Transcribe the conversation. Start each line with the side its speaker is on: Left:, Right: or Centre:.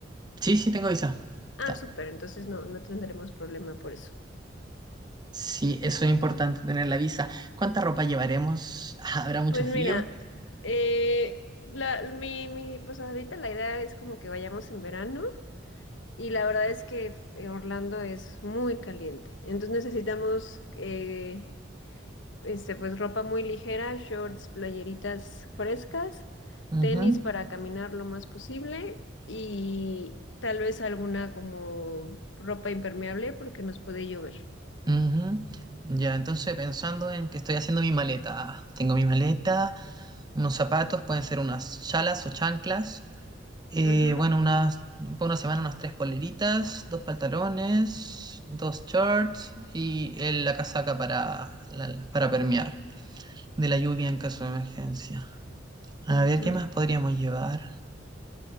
Right: Sí, sí, tengo visa.
Left: Ah,
Right: Ta-
Left: súper, entonces no, no tendremos problema por eso.
Right: Sí, eso es importante, tener la visa. ¿Cuánta ropa llevaremos? Ah, ¿Habrá mucho
Left: Pues
Right: frío?
Left: mira, eh, la, mi, mi, pues ahorita la idea es como que vayamos en verano y la verdad es que eh, Orlando es muy caliente, entonces necesitamos eh, este, pues ropa muy ligera, shorts, playeritas frescas,
Right: Ujú,
Left: tenis para caminar lo más posible y tal vez alguna como ropa impermeable porque nos puede llover.
Right: ujú. Ya, entonces pensando en que estoy haciendo mi maleta. Ah, Tengo mi maleta, unos zapatos, pueden ser unas chalas o chanclas. Eh,
Left: Ujú,
Right: bueno, unas, para una semana unas tres poleritas, dos pantalones, dos shorts y el- la casaca para, la- para permear de la lluvia en caso de emergencia. A
Left: ujú.
Right: ver, ¿qué más podríamos llevar?